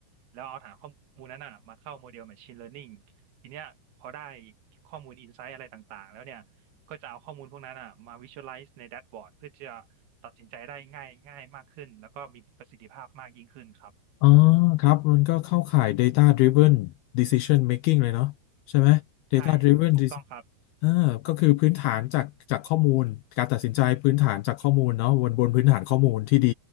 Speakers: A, on the right; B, on the left.
A: แล้วเอาฐานข้อมูลนั้นน่ะมาเข้าโมเดล Machine Learning ทีเนี้ยพอได้ข้อมูล Insight อะไรต่างๆแล้วเนี่ยก็จะเอาข้อมูลพวกนั้นอ่ะมา Visualize ในแดชบอร์ดเพื่อจะตัดสินใจได้ง่ายง่ายมากขึ้นแล้วก็มีประสิทธิภาพมากยิ่งขึ้นครับ
B: อ๋อครับมันก็เข้าข่าย Data Driven Decision Making เลยเนาะใช่ไหม Data
A: ใช่ถูกต้องครับ
B: Driven Dec- เออก็คือพื้นฐานจากจากข้อมูลการตัดสินใจพื้นฐานจากข้อมูลเนาะบนบนพื้นฐานข้อมูลที่ดี